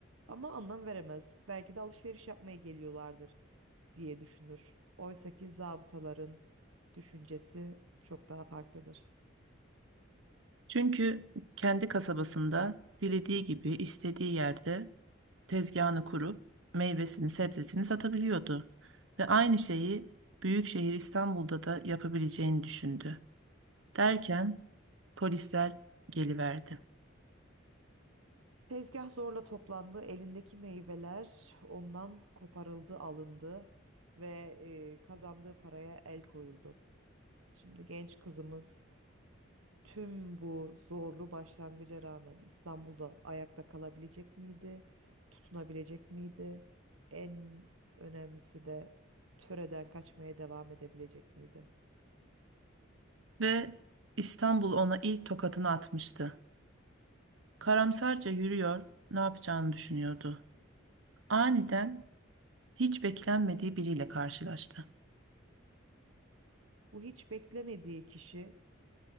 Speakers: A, on the right (about 85°); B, on the right (about 70°).
A: Ama anlam veremez. Belki de alışveriş yapmaya geliyorlardır diye düşünür. Oysaki zabıtaların düşüncesi çok daha farklıdır.
B: Çünkü kendi kasabasında dilediği gibi istediği yerde tezgahını kurup meyvesini sebzesini satabiliyordu. Ve aynı şeyi büyük şehir İstanbul'da da yapabileceğini düşündü. Derken polisler geliverdi
A: Tezgah zorla toplandı, elindeki meyveler ondan koparıldı, alındı ve e, kazandığı paraya el koyuldu. Şimdi genç kızımız tüm bu zorlu başlangıca rağmen İstanbul'da ayakta kalabilecek miydi? Tutunabilecek miydi? En önemlisi de töreden kaçmaya devam edebilecek miydi?
B: ve İstanbul ona ilk tokatını atmıştı. Karamsarca yürüyor, ne yapacağını düşünüyordu. Aniden hiç beklenmediği biriyle karşılaştı.
A: Bu hiç beklemediği kişi